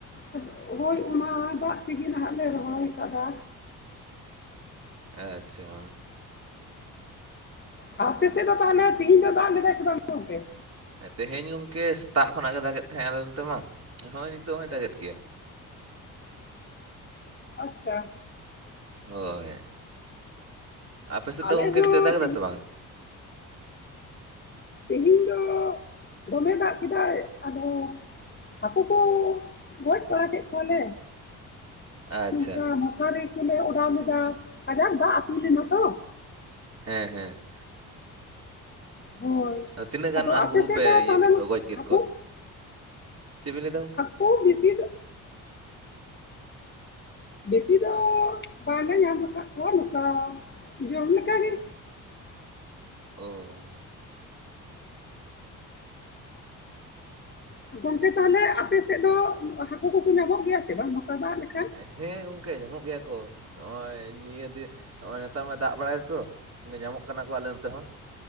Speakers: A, on the left (about 25°); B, on the right (about 35°).
A: ᱟᱫᱚ ᱦᱚᱭ ᱚᱱᱟ ᱫᱟᱜ ᱛᱤᱜᱤ ᱱᱟᱦᱟᱜ ᱞᱮ ᱨᱚᱦᱚᱭ ᱟᱠᱟᱫᱟ᱾
B: ᱟᱪᱪᱷᱟ
A: ᱟᱯᱮᱥᱮᱫ ᱫᱚ ᱛᱟᱦᱞᱮ ᱛᱤᱦᱤᱧ ᱫᱚ ᱫᱟᱜ ᱞᱮᱫᱟᱭ ᱥᱮ ᱵᱟᱝ ᱜᱚᱝᱠᱮ
B: ᱛᱮᱦᱮᱧ ᱜᱚᱝᱠᱮ ᱥᱮᱛᱟᱜ ᱠᱷᱚᱱᱟᱜ ᱜᱮ ᱫᱟᱜᱮᱫ ᱛᱟᱦᱮᱸᱜ ᱟᱞᱮ ᱱᱚᱛᱮ ᱢᱟ ᱱᱚᱜ-ᱚᱭ ᱱᱤᱛᱚᱜ ᱦᱚᱸᱭ ᱫᱟᱜ ᱮᱫ ᱜᱮᱭᱟ
A: ᱟᱪᱪᱷᱟ
B: ᱦᱳᱭ ᱟᱯᱮ ᱥᱮᱫ ᱫᱚ
A: ᱟᱞᱮ
B: ᱜᱚᱝᱠᱮ
A: ᱦᱚᱸ
B: ᱱᱤᱛᱳᱮ ᱫᱟᱜ ᱮᱫᱟᱭ
A: ᱛᱤᱦᱤᱧ
B: ᱥᱮ ᱵᱟᱝ
A: ᱛᱮᱦᱤᱧ ᱫᱚ ᱫᱚᱢᱮ ᱫᱟᱜ ᱠᱮᱫᱟᱭ ᱟᱫᱚ ᱦᱟᱹᱠᱩ ᱠᱩ ᱜᱚᱡ ᱵᱟᱲᱟ ᱠᱮᱫ ᱠᱚᱣᱟᱞᱮ
B: ᱟᱪᱪᱷᱟ
A: ᱱᱚᱝᱠᱟ ᱢᱚᱥᱟᱨᱤ ᱠᱚᱞᱮ ᱚᱰᱟᱣ ᱞᱮᱫᱟ ᱠᱟᱡᱟᱠ ᱫᱟᱜ ᱟᱹᱛᱩ ᱞᱮᱱᱟ ᱛᱚ
B: ᱦᱮᱸ ᱦᱮᱸ
A: ᱦᱳᱭ
B: ᱟᱫᱚ ᱛᱤᱱᱟᱹᱜ ᱜᱟᱱ ᱦᱟᱹᱠᱩ
A: ᱟᱯᱮ
B: ᱠᱩᱯᱮ
A: ᱥᱮᱫ ᱫᱚ
B: ᱤᱭᱟᱹ
A: ᱛᱟᱦᱚᱞᱮ
B: ᱠᱮᱫ ᱠᱚᱣᱟ ᱜᱚᱡ ᱠᱮᱫ
A: ᱦᱟᱹᱠᱩ
B: ᱠᱚᱣᱟ, ᱪᱮᱫ ᱵᱤᱱ ᱞᱟᱹᱭ ᱮᱫᱟ ᱜᱚᱝᱠᱮ
A: ᱚ ᱵᱤᱥᱤ ᱫᱚ ᱵᱮᱥᱤ ᱫᱚ ᱵᱟᱞᱮ ᱧᱟᱢ ᱟᱠᱟᱫ ᱠᱚᱣᱟ ᱱᱚᱠᱟ ᱡᱚᱢ ᱞᱮᱠᱟᱜᱮ᱾
B: ᱚ
A: ᱜᱚᱝᱠᱮ ᱛᱟᱦᱞᱮ ᱟᱯᱮ ᱥᱮᱫ ᱫᱚ ᱦᱟᱹᱠᱩ ᱠᱚᱠᱚ ᱧᱟᱢᱚᱜ ᱜᱮᱭᱟ ᱥᱮ ᱵᱟᱝ ᱱᱚᱠᱟ ᱫᱟᱜ ᱞᱮᱠᱷᱟᱱ᱾
B: ᱦᱮᱸ ᱜᱚᱝᱠᱮ ᱧᱟᱢᱚᱜ ᱜᱮᱭᱟ ᱠᱚ ᱱᱚᱜ-ᱚᱭ ᱱᱤᱭᱟᱹ ᱫᱤ ᱱᱚᱜ-ᱚᱭ ᱱᱮᱛᱟᱨ ᱢᱟ ᱫᱟᱜ ᱵᱟᱲᱟᱭᱟ ᱛᱚ ᱧᱟᱢᱚᱜ ᱠᱟᱱᱟ ᱠᱚ ᱟᱞᱮ ᱱᱚᱛᱮ ᱦᱚᱸ